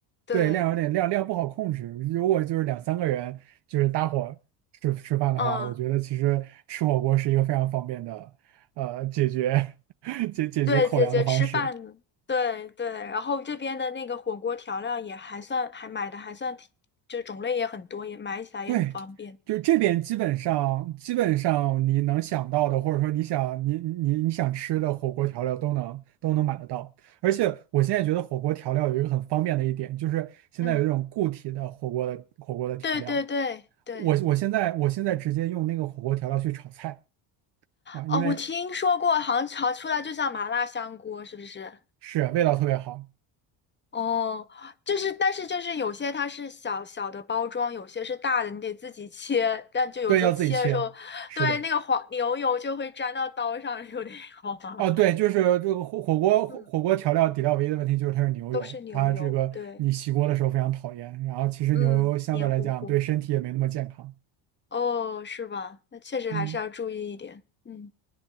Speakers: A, on the left (about 25°); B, on the right (about 60°).
A: 对，
B: 对，量有点量量不好控制。如果就是两三个人就是搭伙吃吃饭的话，
A: 嗯，
B: 我觉得其实吃火锅是一个非常方便的呃解决 <laughs> 解解决口粮的方式。
A: 对，姐姐吃饭呢，对对，然后这边的那个火锅调料也还算，还买的还算挺，就是种类也很多，也买起来也很方便。
B: 对，就这边基本上基本上你能想到的，或者说你想你你你想吃的火锅调料都能都能买得到。而且我现在觉得火锅调料有一个很方便的一点，就是现在有一种固体的火锅的火锅的调料。
A: 嗯，对对对对，
B: 我我现在我现在直接用那个火锅调料去炒菜啊，
A: 哦，
B: 因为
A: 我听说过，好像炒出来就像麻辣香锅，是不是？
B: 是味道特别好。
A: 哦，就是，但是就是有些它是小小的包装，有些是大的，你得自己切。但就有时候切的时候，
B: 对，要自己切。是的。
A: 对，那个黄牛油就会粘到刀上，<laughs> 有点好麻烦。
B: 啊，对，就是这个火火锅火火锅调料底料唯一的问题就是它是牛油，
A: 嗯，都是牛油，
B: 它这个你洗锅的时候非常讨厌。
A: 对，
B: 然后其实牛油相对来讲对身体也没那么健康。
A: 嗯，黏糊糊。哦，是吧？那确实还是要注意一点。
B: 嗯
A: 嗯，